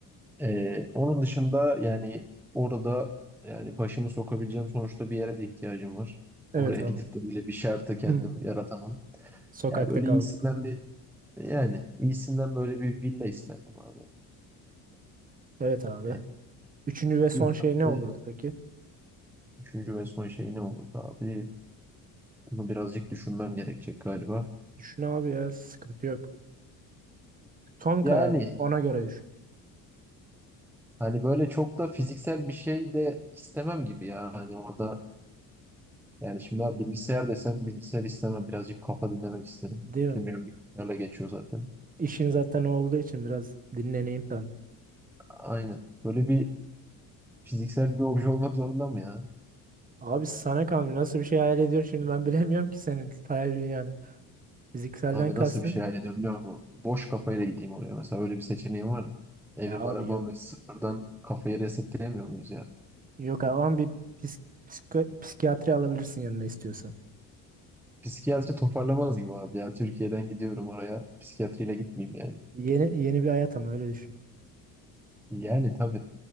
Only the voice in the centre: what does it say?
Ee, onun dışında yani orada yani başımı sokabileceğim sonuçta bir yere de ihtiyacım var. Oraya
gidip de böyle bir şartı
kendim
yaratamam.
Ya böyle
iyisinden bir yani iyisinden böyle bir villa isterdim abi.
Ee,
bir kaldı.
Üçüncü ve son şey ne olurdu abi? Bunu birazcık düşünmem gerekecek galiba.
Yani
Hani böyle çok da fiziksel bir şey de istemem gibi ya. Hani orada yani şimdi abi bilgisayar desem bilgisayar istemem. Birazcık kafa dinlemek isterim.
Tüm günüm bilgisayarla geçiyor zaten.
Aynen. Böyle bir fiziksel bir obje olmak zorunda mı ya?
Abi
nasıl bir şey hayal ediyorum bilmiyorum ama boş kafayla gideyim oraya. Mesela öyle bir seçeneğim var mı? Evim,
arabam
ve sıfırdan kafayı resetleyemiyor muyuz ya?
Psikiyatri toparlamaz gibi abi ya. Türkiye'den gidiyorum oraya. Psikiyatriyle gitmeyeyim yani.
Yani tabii.